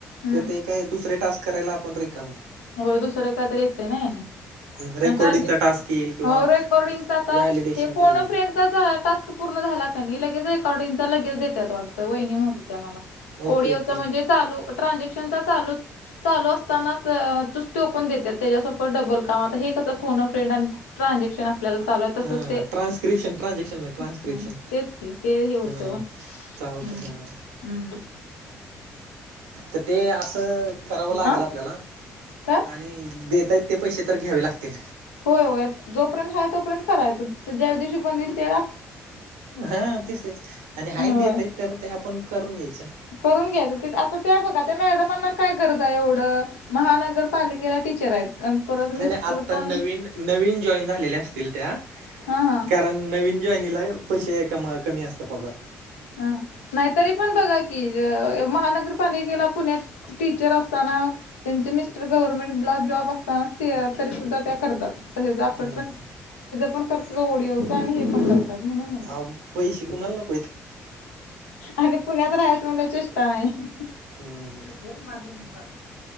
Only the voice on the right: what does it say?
ज ते काय दुसरे टास्क करायला आपण रिकाम
रेकॉर्डिंगचा टास्क येईल किंवा
व्हॅलिडेशनचा
येईल
ओके
ओके ओके
हां
ट्रान्स्क्रिप्शन ट्रान्झॅक्शन नाही ट्रान्स्क्रिप्शन
हां
चालते
हां तर ते असं करावं लागेल
आपल्याला
आणि देत आहेत ते पैसे तर घ्यावे लागतील
हा तसच आणि हाय
देतय तर ते आपण करून घ्यायचं
नाही
नाही आत्ता
नवीन नवीन जॉईन झालेल्या असतील त्या
कारण नवीन ज्यनीला पैसे क कमी असतं पगार
हम्म
हा पै श कोणाला
हम्म